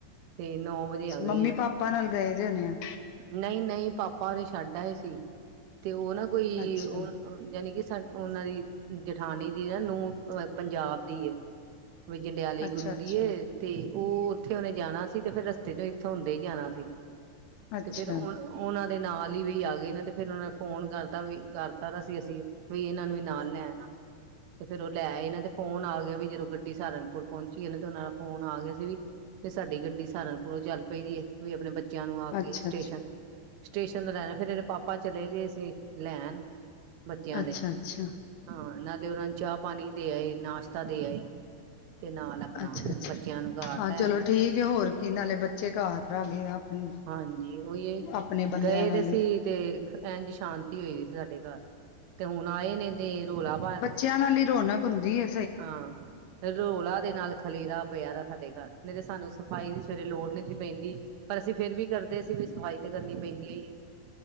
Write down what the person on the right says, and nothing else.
ਤੇ ਨੌ ਵਜੇ ਆ ਗਈ
ਆਂ।
ਨਹੀਂ -ਨਹੀਂ ਪਾਪਾ ਉਹਨੂੰ ਛੱਡ ਆਏ ਸੀ ਤੇ ਉਹ ਨਾ ਕੋਈ
ਉਹ ਜਾਣੀ ਕਿ ਉਹਨਾਂ ਦੀ ਜਠਾਨੀ ਦੀ ਨਾ ਨੂੰਹ ਪੰਜਾਬ ਦੀ ਐ। ਕੋਈ ਜੰਡਿਆਲੇ
ਗੁਰੂ
ਦੀ ਐ ਤੇ ਉਹ ਉੱਥੇ ਉਹਨੇ ਜਾਣਾ ਸੀ ਤੇ ਫਿਰ ਰਸਤੇ ਚੋਂ ਇਥੋਂ ਹੁੰਦੇ ਹੀ ਜਾਣਾ ਸੀ।
ਤੇ ਫਿਰ ਉਹ
ਉਹਨਾਂ ਦੇ ਨਾਲ ਈ ਵੀ ਆ ਗਏ ਨੇ ਤੇ ਫਿਰ ਉਹਨਾਂ ਨੇ ਫੋਨ ਕਰਤਾ ਵੀ ਕਰਤਾ ਤਾਂ ਸੀ ਅਸੀਂ ਵੀ ਇਹਨਾਂ ਨੂੰ ਵੀ ਨਾਲ ਲੈ ਆਣਾ। ਤੇ ਫਿਰ ਉਹ ਲੈ ਆਏ ਨਾ ਤੇ ਫੋਨ ਆ ਗਿਆ ਵੀ ਜਦੋਂ ਗੱਡੀ ਸਹਾਰਨਪੁਰ ਪਹੁੰਚੀ ਇਹ ਨਾ ਤੇ ਉਹਨਾਂ ਦਾ ਫੋਨ ਆ ਗਿਆ ਸੀ ਵੀ ਤੇ ਸਾਡੀ ਗੱਡੀ ਸਹਾਰਨਪੁਰੋਂ ਚੱਲ ਪਈ ਏ। ਕੋਈ ਆਪਣੇ ਬੱਚਿਆਂ ਨੂੰ ਆ
ਕੇ ਸਟੇਸ਼ਨ-ਸਟੇਸ਼ਨ ਤੋਂ ਲੈਣਾ ਫਿਰ ਇਹਦੇ ਪਾਪਾ ਚਲੇ ਗਏ ਸੀ ਲੈਣ ਬੱਚਿਆਂ
ਦੇ
ਹਾਂ, ਨਾ ਤੇ ਉਹਨਾਂ ਨੂੰ ਚਾਹ ਪਾਣੀ ਦੇ ਆਏ, ਨਾਸ਼ਤਾ ਦੇ ਆਏ ਤੇ ਨਾਲ ਆਪਣਾ,
ਬੱਚਿਆਂ ਨੂੰ ਘਾਰ
ਲੈ
ਐ।
ਹਾਂਜੀ ਉਹੀ ਏ
ਗਏ
ਦੇ ਸੀ ਤੇ ਇੰਝ ਸ਼ਾਂਤੀ ਹੋਈ ਸਾਡੇ ਘਰ ਤੇ ਹੁਣ ਆਏ ਨੇ ਤੇ ਰੌਲਾ ਪਾਇ
ਹਾਂ। ਰੌਲਾ ਦੇ ਨਾਲ ਖਲੇਰਾ ਪਿਆ ਦਾ ਸਾਡੇ ਘਰ, ਨਹੀਂ ਤਾਂ ਸਾਨੂੰ ਸਫ਼ਾਈ ਦੀ ਸਵੇਰੇ ਲੋੜ ਨੀ ਸੀ ਪੈਂਦੀ। ਅਸੀਂ ਫਿਰ ਵੀ ਕਰਦੇ ਸੀ ਵੀ ਸਫ਼ਾਈ ਤੇ ਕਰਨੀ ਪੈਂਦੀ ਓਈ ਐ।